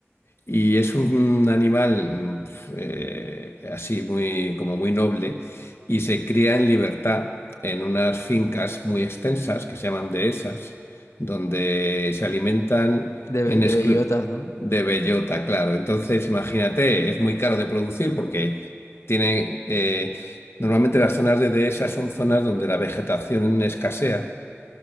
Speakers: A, on the left; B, on the left.
A: Y es un animal mm, pf, eh, así muy, como muy noble y se cría en libertad en unas fincas muy extensas que se llaman dehesas, donde se alimentan
B: De,
A: en
B: de
A: exclu-
B: bellotas, ¿no?
A: de bellota, claro. Entonces, imagínate, es muy caro de producir porque tienen eh, normalmente las zonas de dehesas son zonas donde la vegetación escasea.